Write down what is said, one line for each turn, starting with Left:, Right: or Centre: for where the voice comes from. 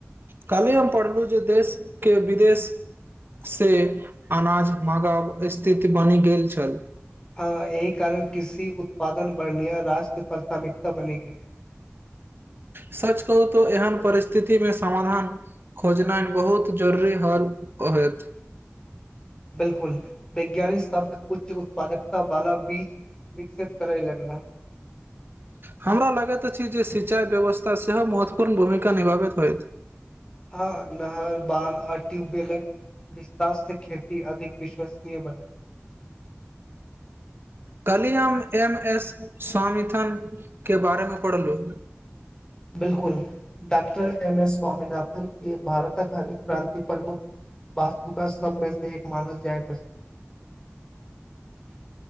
Right: काल्हि हम पढ़लहुँ जे देशके विदेश से, अनाज मगाब स्थिति बनि गेल छल।
Left: हाँ एहि कारण कृषि उत्पादन बर्णिया राष्ट्र प्राथमिकता बनि गेल।
Right: सच कहू तो एहन परिस्थिति मे, समाधान खोजना बहुत जरुरी हल। ओ होयत।
Left: 'बिलकुल' वैज्ञानिक शब्द, उच्च उत्पादकता वाला बीच विकसित करए लगला।
Right: हमरा लगैत अछि जे, सिंचाई व्यवस्था सेहो महत्वपूर्ण भूमिका निभाबैत होयत।
Left: हाँ नहर, बांध, आर टयूबबेल विस्तार से खेती, अधिक विश्वसनीय बनल।
Right: कल्हि हम एम एस स्वामिथन के बारेमे पढ़लहुँ।
Left: 'बिलकुल'डाक्टर एम एस स्वामीनाथन के भारतक हर क्रांति प्रमुख वास्तुका सबमे से एक मानस जायत अछि। <inaudible>